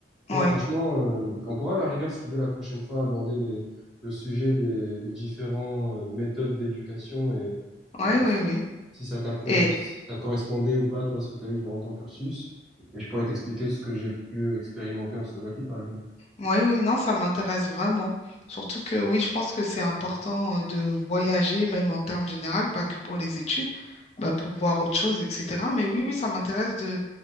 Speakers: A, in the centre; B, on the left (about 35°).
A: Non,
B: oui,
A: franchement, euh, on pourra à la rigueur, si tu veux, la prochaine fois aborder les, le sujet des, des différentes méthodes d'éducation et,
B: oui,
A: et s-
B: oui, oui.
A: si ça t'a co-
B: Et
A: si ça te correspondait ou pas, toi, ce que tu as eu durant ton cursus. Et je pourrais t'expliquer ce que j'ai pu expérimenter en Slovaquie, par exemple.
B: oui, oui, non, ça m'intéresse vraiment. Surtout que oui, je pense que c'est important euh, de voyager, même en termes généraux, pas que pour les études, bah, pour voir autre chose, etc. Mais oui, oui, ça m'intéresse de